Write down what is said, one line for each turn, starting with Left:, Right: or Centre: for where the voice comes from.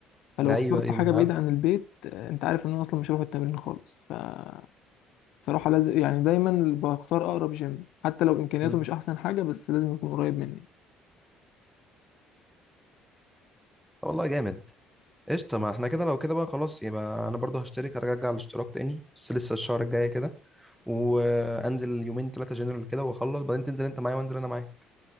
Left: فلو
Centre: ايوه
Left: اخترت
Centre: ايوه
Left: حاجة
Centre: ما انا
Left: بعيدة
Centre: عارف
Left: عن البيت آه، انت عارف ان انا اصلا مش هروح التمرين خالص فصراحة لازم يعني دايما بختار اقرب جيم حتى لو امكانياته
Centre: مم.
Left: مش احسن حاجة بس لازم يكون قريب مني
Centre: طب والله جامد قشطة ما احنا كده لو كده بقى خلاص يبقى انا برضه هشترك هرجع الاشتراك تاني بس لسه الشهر الجاي كده وانزل يومين ثلاثة جنرال كده واخلص بعدين تنزل انت معايا وانزل انا معاك